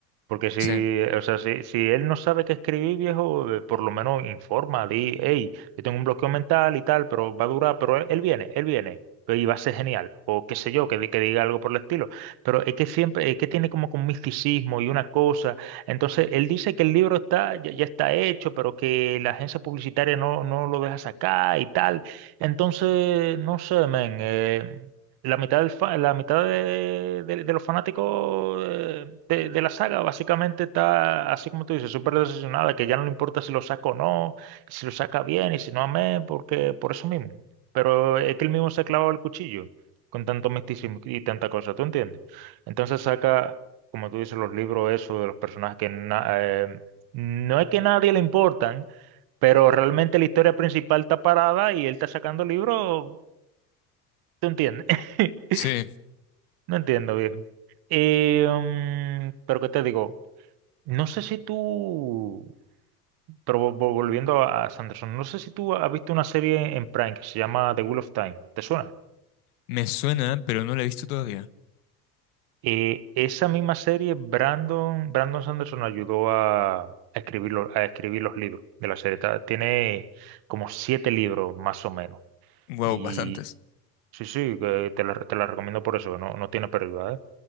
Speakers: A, on the right; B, on the left.
A: Porque si,
B: Sí,
A: o sea, si, si él no sabe qué escribir, viejo, eh, por lo menos informa, di, hey, yo tengo un bloqueo mental y tal, pero va a durar, pero él, él viene, él viene, pero y va a ser genial, o qué sé yo, que, di- que diga algo por el estilo. Pero es que siempre, es que tiene como que un misticismo y una cosa. Entonces, él dice que el libro está, ya, ya está hecho, pero que la agencia publicitaria no, no lo deja sacar y tal. Entonces, no sé, men. eh, la mitad, del fa- la mitad de, de- de los fanáticos eh, de, de la saga básicamente está, así como tú dices, súper decepcionada, que ya no le importa si lo saca o no, si lo saca bien y si no, amén, porque por eso mismo. Pero es que él mismo se ha clavado el cuchillo con tanto misticismo y tanta cosa, ¿tú entiendes? Entonces saca, como tú dices, los libros esos de los personajes que na- eh, no es que a nadie le importan, pero realmente la historia principal está parada y él está sacando libros, ¿tú entiendes? <laughs>
B: sí,
A: No entiendo, viejo. Eh, mm, pero qué te digo, no sé si tú, pero vo- vo- volviendo a a Sanderson, no sé si tú has visto una serie en Prime que se llama The Wheel of Time, ¿te suena?
B: me suena, pero no la he visto todavía.
A: Eh, esa misma serie, Brandon, Brandon Sanderson ayudó a, a escribir los, a escribir los libros de la serie. Ta- Tiene como siete libros más o menos.
B: Wow,
A: Y
B: bastantes.
A: sí, sí, que te la, te la recomiendo por eso, que no, no tiene pérdida, ¿eh?